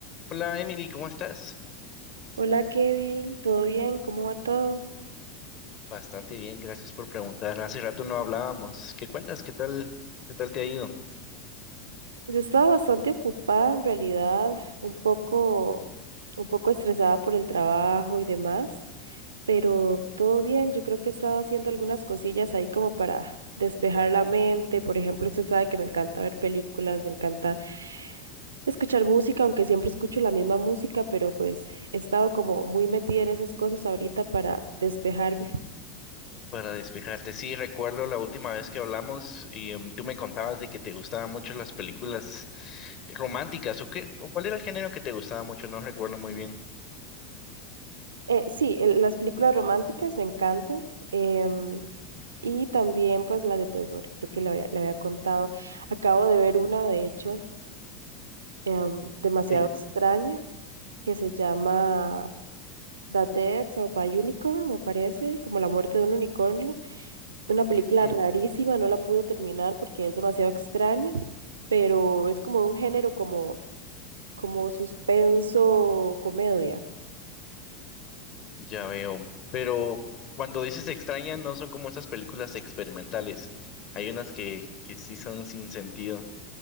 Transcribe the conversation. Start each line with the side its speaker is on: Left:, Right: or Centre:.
Left: Hola Emily, ¿cómo estás?
Right: Hola Kevin, ¿todo bien? ¿Cómo va todo?
Left: Bastante bien, gracias por preguntar. Hace rato no hablábamos. ¿Qué cuentas? ¿Qué tal? ¿Qué tal te ha ido?
Right: Yo he estado bastante ocupada en realidad, un poco, un poco estresada por el trabajo y demás, pero todo bien. Yo creo que he estado haciendo algunas cosillas ahí como para despejar la mente. Por ejemplo, usted sabe que me encanta ver películas, me encanta escuchar música, aunque siempre escucho la misma música, pero pues he estado como muy metida en esas cosas ahorita para despejarme.
Left: Para despejarte. Sí, recuerdo la última vez que hablamos y em, tú me contabas de que te gustaban mucho las películas románticas o qué, o cuál era el género que te gustaba mucho, no recuerdo muy bien.
Right: Eh, sí, el- las películas románticas me encantan. em, Y también pues las de terror, creo que le había, le había contado. Acabo de ver una, de hecho, em, demasiado
Left: Sí.
Right: extraña, que se llama The Death of a Unicorn, me parece, como la muerte de un unicornio. Una película
Left: Ujú,
Right: rarísima, no la pude terminar porque es demasiado extraña, pero es como un género como, como suspenso, comedia.
Left: ya veo. Pero cuando dices extraña, no son como esas películas experimentales. Hay unas que, que sí son sin sentido.